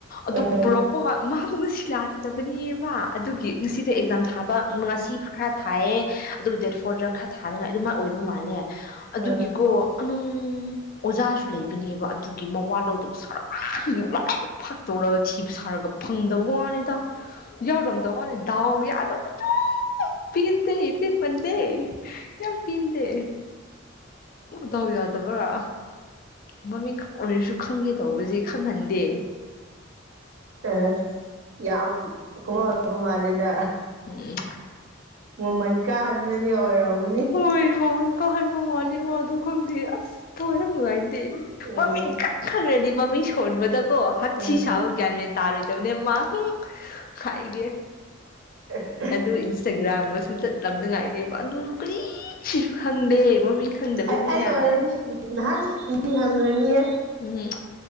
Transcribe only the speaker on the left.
ꯑꯗꯨꯒ
ꯄꯨꯔꯛꯄꯒ ꯃꯥꯗꯣ ꯉꯁꯤ ꯂꯥꯛꯇꯕꯅꯦꯕ ꯑꯗꯨꯒꯤ ꯉꯁꯤꯗꯣ ꯑꯦꯛꯖꯥꯝ ꯊꯥꯕ ꯉꯁꯤ ꯈꯔ ꯊꯥꯏꯌꯦ ꯑꯗꯨꯒ ꯗꯦꯠ ꯐꯣꯔꯗ ꯈꯔ ꯊꯥꯅꯉꯥꯏ ꯑꯗꯨꯃꯥꯏꯅ ꯑꯣꯏꯕ ꯃꯥꯜꯂꯦ
ꯑꯗꯨꯒꯤꯀꯣ ꯅꯨꯡ ꯑꯣꯖꯥꯁꯨ ꯂꯩꯕꯅꯦꯕ ꯑꯗꯨꯒꯤ ꯃꯋꯥ ꯂꯧꯗꯕ ꯁꯥꯔ ꯂꯥꯏ ꯐꯥꯛꯇꯧꯔꯒ ꯊꯤꯕ ꯁꯥꯔꯒ ꯐꯪꯗꯕ ꯋꯥꯅꯤꯗ ꯌꯥꯎꯔꯝꯗꯕ ꯋꯥꯅꯤ ꯗꯥꯎ ꯌꯥꯗꯕ ꯄꯤꯗ ꯄꯤ ꯃꯟꯗ ꯌꯥꯝ ꯌꯥꯝ ꯄꯤꯗ ꯇꯧꯗꯕ꯭ꯔꯥ ꯃꯃꯤꯡꯛ ꯑꯣꯏꯔꯁꯨ ꯈꯪꯒꯦ ꯇꯧꯕꯁꯦ ꯈꯪꯍꯟꯗꯦ
ꯎꯝ
ꯍ ꯃꯣꯟ ꯀ ꯍꯜ ꯃꯃꯣ ꯃꯗꯨ ꯈꯨꯝ ꯊ ꯃꯉꯥꯏ
ꯃꯃꯤꯡ ꯀꯟ ꯈꯪꯅꯗꯤ ꯃꯃꯤꯡ ꯁꯣꯟꯕꯗꯀꯣ ꯍꯛꯊ
ꯁꯥꯕ ꯒ꯭ꯌꯥꯟ ꯃꯦꯟ ꯇꯥꯔꯣꯏꯗ ꯆꯕꯅꯦ ꯃꯥꯡ ꯈꯒꯦ
ꯑꯗꯨ ꯏꯟꯁꯇꯥꯒ꯭ꯔꯥꯝꯒꯁꯨ ꯆꯠꯂꯝꯅꯉꯥꯏꯅꯦꯕ ꯑꯗꯨ ꯀꯔꯤꯁꯨ ꯈꯪꯗꯦ ꯃꯃꯤꯡ ꯈꯪꯗꯕꯅꯤꯅ
ꯎꯝ